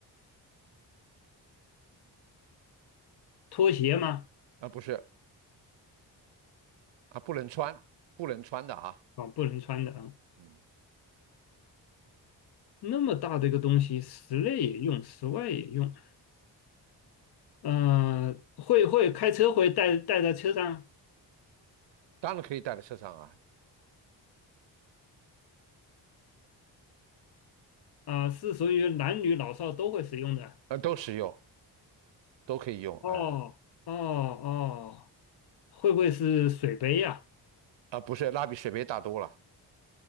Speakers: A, on the left; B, on the right.
A: 拖鞋吗？
B: 啊、呃不是啊，不能穿，不能穿的啊，
A: 啊，不能穿的啊。
B: 嗯，
A: 那么大的一个东西，室内也用，室外也用。呃，会会开车会带带在车上
B: 当然可以带在车上啊，
A: 啊，是属于男女老少都会使用的。
B: 呃，都实用，都可以用，
A: 哦哦哦，
B: 啊。
A: 会不会是水杯呀？
B: 啊，呃呃不是，那比水杯大多了，